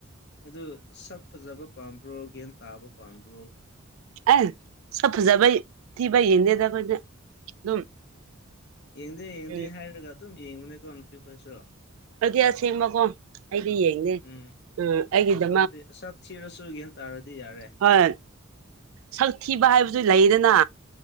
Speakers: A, on the left; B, on the right.
A: ꯑꯗꯨ ꯁꯛ ꯐꯖꯕ ꯄꯥꯝꯕ꯭ꯔꯣ ꯒꯌꯟ ꯇꯥꯕ ꯄꯥꯝꯕ꯭ꯔꯣ
B: ꯑꯦ ꯁꯛ ꯐꯖꯕꯩ ꯊꯤꯕꯩ ꯌꯦꯡꯗꯦꯗ ꯑꯩꯈꯣꯏꯗꯤ ꯑꯗꯨꯝ
A: ꯌꯦꯡꯗꯦ ꯌꯦꯡꯗꯦ
B: ꯎꯝ
A: ꯍꯥꯏꯔꯒ ꯑꯗꯨꯝ ꯌꯦꯡꯕꯅꯦꯀꯣ ꯅꯨꯄꯤꯈꯣꯏꯁꯨ
B: ꯑꯗꯨꯗꯤ ꯑꯁꯦꯡꯕꯀꯣ ꯑꯩꯗꯤ ꯌꯦꯡꯗꯦ
A: ꯎꯝ
B: ꯎꯝ ꯑꯩꯒꯤꯗꯃꯛ
A: ꯑꯗꯨꯗꯤ ꯁꯛ ꯊꯤꯔꯁꯨꯨ ꯒꯌꯟ ꯇꯥꯔꯗꯤ ꯌꯥꯔꯦ
B: ꯍꯣꯏ ꯁꯛ ꯊꯤꯕ ꯍꯥꯏꯕꯁꯨ ꯂꯩꯗꯅ